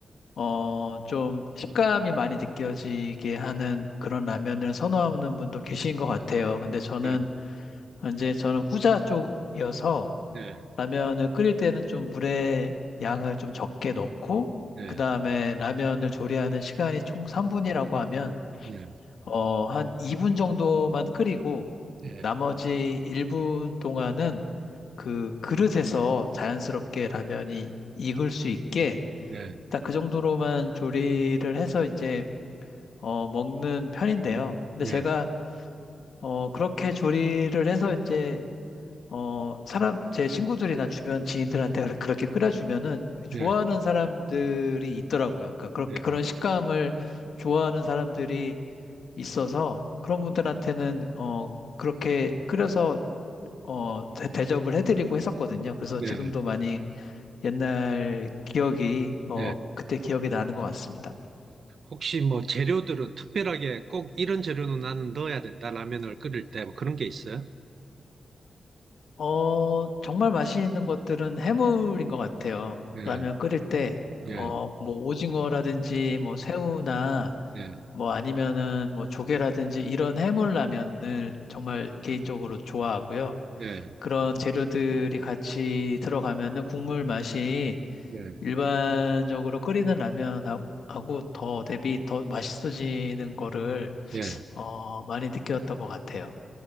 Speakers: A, on the left (about 70°); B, on the right (about 65°).
A: 어, 좀 식감이 많이 느껴지게 하는 그런 라면을 선호하는 분도 계신 것 같아요. 근데 저는
B: 예.
A: 이제 저는 후자 쪽이어서
B: 예.
A: 라면을 끓일 때는 좀 물의 양을 좀 적게 넣고
B: 예.
A: 그 다음에 라면을 조리하는 시간이 총 3분이라고 하면
B: 예.
A: 어, 한 2분 정도만 끓이고
B: 예.
A: 나머지 1분 동안은 그 그릇에서 자연스럽게 라면이 익을 수 있게
B: 네,
A: 딱 그 정도로만 조리를 해서 이제 어, 먹는 편인데요. 근데
B: 예,
A: 제가 어, 그렇게 조리를 해서 이제 어, 사람 제 친구들이나 주변 지인들한테 그렇- 그렇게 끓여주면은 좋아하는
B: 예,
A: 사람들이 있더라고요. 그러니까 그렇게
B: 예,
A: 그런 식감을 좋아하는 사람들이 있어서 그런 분들한테는 어, 그렇게 끓여서 어, 대- 대접을 해드리고 했었거든요. 그래서
B: 예,
A: 지금도 많이 옛날 기억이 어,
B: 예.
A: 그때 기억이 나는 것 같습니다.
B: 혹시 뭐 재료들은 특별하게 꼭 이런 재료는 나는 넣어야 된다, 라면을 끓일 때뭐 그런 게 있어요?
A: 어, 정말 맛있는 것들은 해물인 것 같아요.
B: 예,
A: 라면 끓일 때,
B: 예,
A: 어, 뭐, 오징어라든지, 뭐, 새우나,
B: 예,
A: 뭐, 아니면은, 뭐, 조개라든지, 이런 해물 라면을 정말 개인적으로 좋아하고요.
B: 예,
A: 그런 재료들이 같이 들어가면은 국물 맛이
B: 예,
A: 일반적으로 끓이는 라면하고 더 대비 더 맛있어지는 거를,
B: 예.
A: 어, 많이 느꼈던 것 같아요.